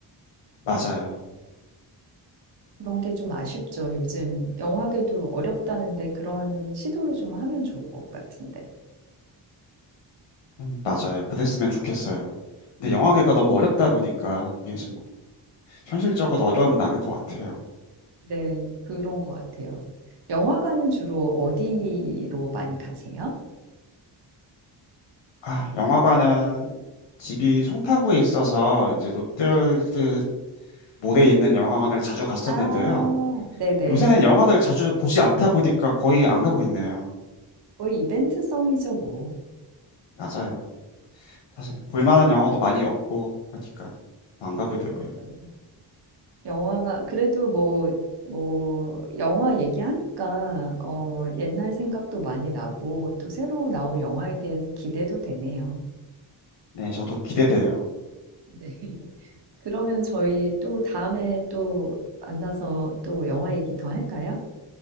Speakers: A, on the left; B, on the right.
A: 맞아요.
B: 그런 게 좀 아쉽죠. 요즘 영화계도 어렵다는데 그런 시도를 좀 하면 좋을 것 같은데.
A: 음, 맞아요. 그랬으면 좋겠어요.
B: <laughs>
A: 근데 영화계가 너무 어렵다 보니까 이게 좀 현실적으로 어려움이 많은 것 같아요.
B: 네, 그런 것 같아요. 영화관은 주로 어디로 많이 가세요?
A: 아, 영화관은 집이 송파구에 있어서 이제 롯데월드
B: 네
A: 몰에 있는 영화관을 자주 갔었는데요.
B: 아, 네네.
A: 요새는 영화를 자주 보지 않다 보니까 거의 안 가고 있네요.
B: 거의 이벤트성이죠, 뭐.
A: 맞아요. 사실 볼만한 영화도 많이 없고 하니까 안 가게
B: 그러니까요.
A: 되고요.
B: 영화가, 그래도 뭐, 뭐, 영화 얘기하니까, 어, 옛날 생각도 많이 나고, 또 새로 나올 영화에 대해서 기대도 되네요.
A: 네, 저도 기대돼요.
B: 네. <laughs> 그러면 저희 또 다음에 또 만나서 또 영화 얘기 더 할까요?